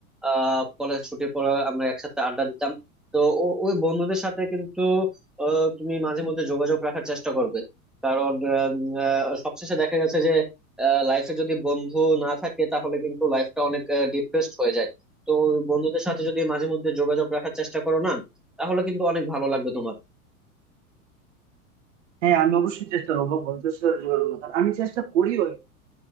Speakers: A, in the centre; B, on the right (about 55°).
A: আহ কলেজ ছুটির পরে আমরা একসাথে আড্ডা দিতাম তো ও- ওই বন্ধুদের সাথে কিন্তু আহ, তুমি মাঝে মধ্যে যোগাযোগ রাখার চেষ্টা করবে কারণ আহ, উম, আহ, সবশেষে দেখা গেছে যে লাইফে যদি বন্ধু না থাকে তাহলে কিন্তু লাইফটা অনেক ডিপ্রেসড হয়ে যায় তো ওই বন্ধুদের সাথে যদি মাঝে মধ্যে যোগাযোগ রাখার চেষ্টা করো না তাহলে কিন্তু অনেক ভালো লাগবে তোমার
B: হ্যাঁ আমি অবশ্যই চেষ্টা করবো বন্ধুদের সাথে যোগাযোগ রাখার আমি চেষ্টা করিও